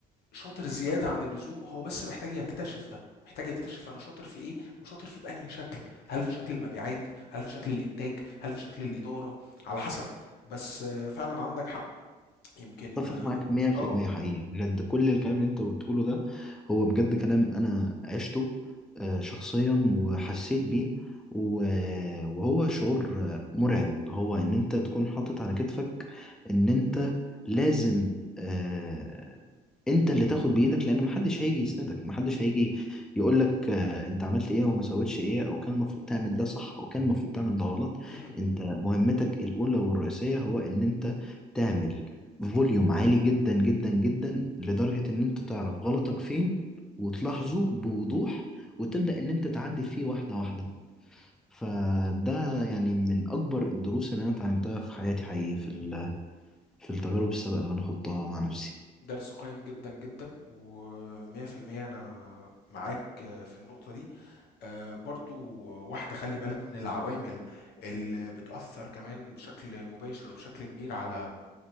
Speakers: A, on the left (about 75°); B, in the centre.
A: شاطر زياده عن اللزوم وهو بس محتاج يكتشف ده محتاج يكتشف انا شاطر في ايه وشاطر فيه بانهي شكل هل في شكل المبيعات هل في شكل الانتاج هل في شكل الاداره على حسب بس آه، فعلا عندك حق يمكن
B: اتفق
A: اه
B: معاك 100%
A: آه،
B: حقيقي بجد كل الكلام اللي انت بتقوله ده هو بجد كلام انا عشته آه، شخصيا وحسيت بيه و- وهو شعور آه، مرعب هو ان انت تكون حاطط على كتفك ان انت لازم آه، انت اللي تاخد بايدك لان محدش هيجي يسندك محدش هيجي يقولك آه، انت عملت ايه وما سويتش ايه او كان المفروض تعمل ده صح او كان المفروض تعمل ده غلط
A: مهم.
B: انت مهمتك الاولى والرئيسية هو ان انت تعمل فوليوم عالي جدا جدا جدا لدرجة ان انت تعرف غلطك فين وتلاحظه بوضوح وتبدأ ان انت تعدل فيه واحدة واحدة فده يعني من اكبر الدروس اللي انا اتعلمتها في حياتي حقيقي في ال- في التجارب السابقة اللي انا خضتها مع نفسي
A: درس قيم جدا جدا و100% انا معاك آه، في النقطه دي آه، برضو واحده خلي بالك من العوامل اللي بتاثر كمان بشكل مباشر وبشكل كبير على